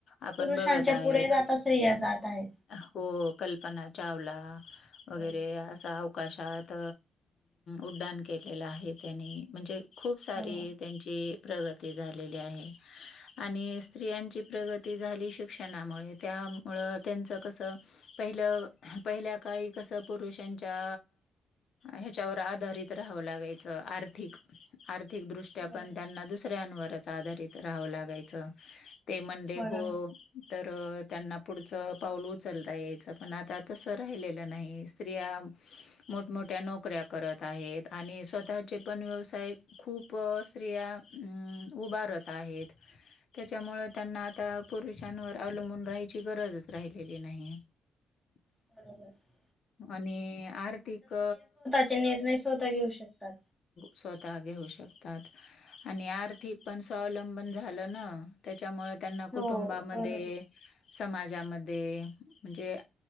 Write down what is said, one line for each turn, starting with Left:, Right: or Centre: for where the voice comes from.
Left: आपण
Centre: पुरुषांच्या
Left: बघत आहेत.
Centre: पुढे जाता स्त्रिया जात आहेत.
Left: हो, कल्पना चावला वगैरे
Centre: हो
Left: असा अवकाशात, उड्डाण केलेलं आहे त्यानी म्हणजे खूप सारे
Centre: हो
Left: त्यांची प्रगती झालेली आहे आणि स्त्रियांची प्रगती झाली शिक्षणामुळे, त्यामुळं त्येंचा कस पहिलं, पहिल्या काळी कसं पुरुषांच्या हेच्यावर आधारित राहावं लागायचं आर्थिक आर्थिकदृष्ट्या
Centre: बर
Left: पण त्यांना दुसऱ्यांनवरच आधारित राहावं लागायच. ते म्हडले
Centre: बरोबर
Left: हो तर त्यांना पुढचं पाऊल उचलता यायचं, पण आता तसं राहिलेलं नाही. स्त्रिया मोठ-मोठ्या नोकऱ्या करत आहेत आणि स्वतःचे पण व्यवसाय खूप स्त्रिया अं, उभारत आहेत. त्याच्यामुळ त्यांना आता पुरुषांनवर अवलंबून राहायची गरजच राहिलेली नाही. <unintelligible>
Centre: <unintelligible>
Left: आणि आर्थिक
Centre: ते निर्णय स्वतःता घेऊ शकतात.
Left: स्वतःता घेऊ शकतात आणि आर्थिक पण स्वावलंबन झालं ना. त्याच्यामुळे त्यांना कुटुंबामध्ये
Centre: हो बरोबर
Left: समाजामध्ये म्हणजे